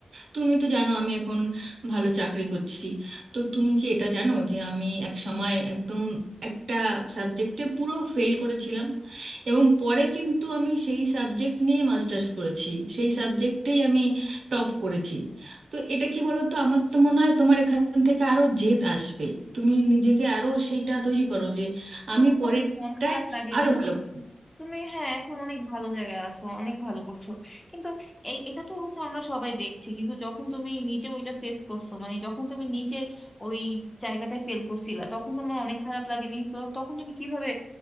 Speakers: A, on the right; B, on the left.
A: তুমি তো জানো আমি এখন ভালো চাকরি করছি তো তুমি কি এটা জানো যে আমি এক সময় একদম একটা সাবজেক্টে পুরো ফেল করেছিলাম এবং পরে কিন্তু আমি সেই সাবজেক্ট নিয়ে মাস্টার্স করেছি সেই সাবজেক্টেই আমি টপ করেছি তো এটা কি বলো তো আমার তো মনে হয় তোমার এখান থেকে আরো জেদ আসবে তুমি নিজেকে আরো সেইটা তৈরি করো যে
B: তোমার
A: আমি পরেরটায়
B: তখন মন খারাপ লাগেনি
A: আরো ভালো করবো।
B: তুমি হ্যাঁ এখন অনেক ভালো জায়গায় আছো অনেক ভালো করছো কিন্তু এই এটা তো হচ্ছে আমরা সবাই দেখছি কিন্তু যখন তুমি নিজে ওইটা ফেস করছো মানে যখন তুমি নিজে ওই জায়গাটায় ফেল করছিলা তখন তোমার অনেক খারাপ লাগেনি তো তখন তুমি কিভাবে